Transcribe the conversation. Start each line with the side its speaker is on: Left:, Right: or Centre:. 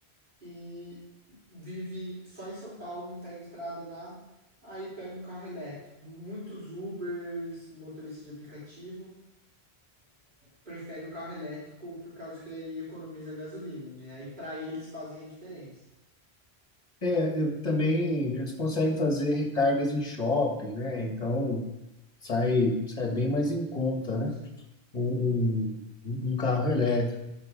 Right: e vive só em São Paulo, não pega estrada, nada. Aí pega um carro elétrico. Muitos Ubers, motoristas de aplicativo prefere o carro elétrico por causa que aí economiza gasolina, né? Aí para eles fazem a diferença.
Left: É, eu também eles conseguem fazer recargas em shopping, né? Então sai, sai bem mais em conta, né?
Right: Sim,
Left: Um, um, um carro elétrico.